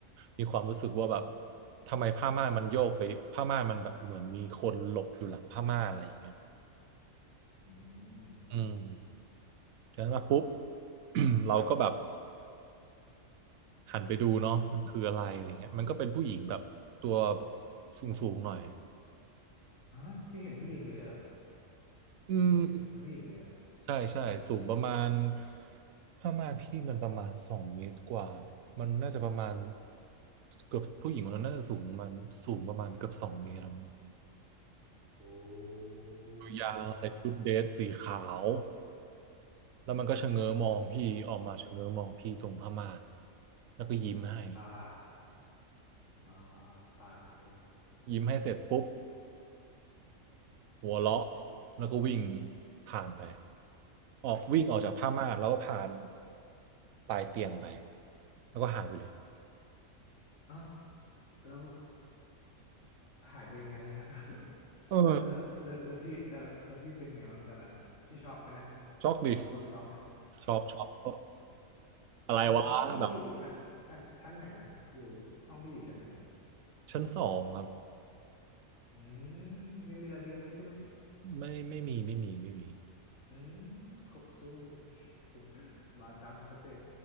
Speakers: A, on the right (about 80°); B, on the left (about 60°).
A: มีความรู้สึกว่าแบบทำไมผ้าม่านมันโยกไปผ้าม่านมันแบบเหมือนมีคนหลบอยู่หลังผ้าม่านอะไรอย่างเงี้ย
B: อืม
A: อืมจากนั้นมาปุ๊บ <clears throat> เราก็แบบหันไปดูเนาะมันคืออะไรอะไรเงี้ยมันก็เป็นผู้หญิงแบบตัวสูงสูงหน่อย
B: ฮะไม่เห็นผู้หญิงเลยเหรอ่ะ
A: อืม
B: ไม่เห็นเป็นผู้หญิงเลยเหรอ่ะ
A: ใช่ใช่สูงประมาณผ้าม่านพี่มันประมาณสองเมตรกว่ามันน่าจะประมาณเกือบผู้หญิงคนนั้นน่าจะสูงประมาณสูงประมาณเกือบสองเมตรแล้วมั้ง
B: โอ้
A: ยาวใส่ชุดเดรสสีขาว
B: คุณพระ
A: แล้วมันก็ชะเง้อมองพี่ออกมาชะเง้อมองพี่ตรงผ้าม่านแล้วก็ยิ้มให้
B: ปาดมาปาดโถ
A: ยิ้มให้เสร็จปุ๊บหัวเราะแล้วก็วิ่งผ่านไปออกวิ่งออกจากผ้าม่านแล้วก็ผ่านปลายเตียงไปแล้วก็หายไปเลย
B: อ้าวแล้วหายไปงั้นเลยฮะ <laughs>
A: เออ
B: แล้วแล้วแล้วแล้วพี่แล้วแล้วพี่เป็นไงบ้างตอนนั้นพี่ช็อกไหมนะ
A: ช็อกดิ
B: โอ้โซช็อกนะ
A: ชอบชอบชอบ
B: <laughs>
A: อะไรวะแบบ
B: ตอนนั้นพี่อยู่ชั้นชั้นชั้นไหนนะอยู่ห้องพี่อยู่ชั้นไหน
A: ชั้นสองครับ
B: อืมมีมีระเบียงด้วยใช่ไหม
A: ไม่ไม่มีไม่มีไม่มี
B: อืมครบสูตร <laughs> มาตามสเต็ป